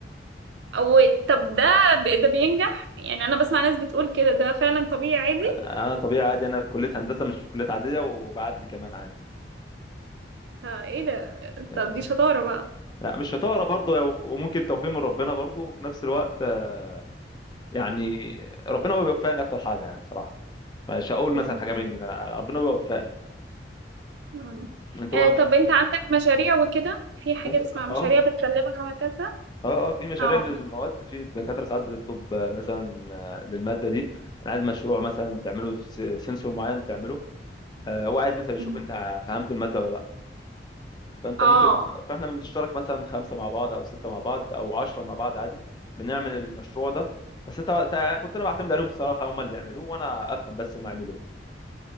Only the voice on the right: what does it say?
أو طب ده ب- ده بينجح يعني أنا بسمع ناس بتقول كده ده فعلا طبيعي عادي
فإيه ده
طب دي شطارة بقى
مم.
مم.
آه
طب أنت عندك مشاريع وكده في حاجة
اسمها مشاريع
بتسلمها وهكذا
اه
مم.
اه